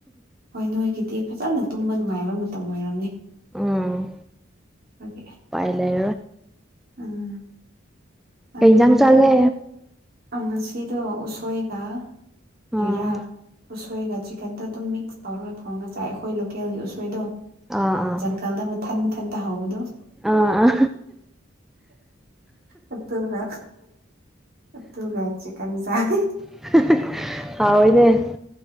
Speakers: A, on the right; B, in the centre.
A: ꯍꯣꯏ ꯅꯣꯏꯒꯤꯗꯤ ꯐꯖꯅ ꯇꯨꯝꯕ ꯅꯨꯡꯉꯥꯏꯕ ꯃꯇꯝ ꯑꯣꯏꯔꯝꯅꯤ
B: ꯎꯝ
A: ꯑꯗꯨꯒꯤ
B: ꯄꯥꯏ ꯂꯩ
A: ꯎꯝ ꯅꯪ
B: ꯀꯩꯖꯥꯡ ꯆꯠꯂꯦ
A: ꯑꯣ ꯉꯁꯤꯗꯣ ꯎꯁꯣꯏꯒ
B: ꯑꯥ
A: ꯔꯤꯔꯥ ꯎꯁꯣꯏꯒ ꯆꯤꯛꯀꯟꯗꯣ ꯑꯗꯨꯝ ꯃꯤꯛꯁ ꯇꯧꯔꯒ ꯊꯧꯔꯒ ꯆꯥꯏ ꯑꯩꯈꯣꯏ ꯂꯣꯀꯦꯜꯒꯤ ꯎꯁꯣꯏꯗꯣ
B: ꯑꯥ ꯑꯥ
A: ꯖꯪꯒꯜꯗ ꯃꯊ ꯇꯍꯥꯎꯕꯗꯣ
B: ꯑꯥ ꯑꯥ
A: ꯑꯗꯨꯒ ꯇꯒ ꯆꯤꯀꯟꯁꯔ
B: <unintelligible>